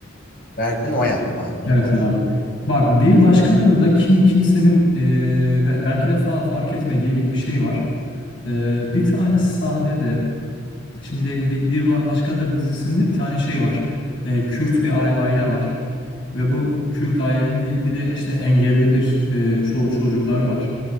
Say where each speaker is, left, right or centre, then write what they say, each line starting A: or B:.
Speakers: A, on the left; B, on the left.
A: Berkun Oyar abi not
B: Evet
A: alıyorum.
B: abi. Bak bir
A: Arkadaşı.
B: başkadır da kim kimsenin e, be- belki de fa- fark etmediği bir, bir şey var. E,
A: Hı
B: bir
A: hı.
B: tane sahnede Şimdi Bi- Bir Ba- Başkadır dizisinde bir tane şey var. E, Kürt bir ai- aile var. Ve bu Kürt ailenin bir, bir de işte engelli bir e, ço- çocukları var.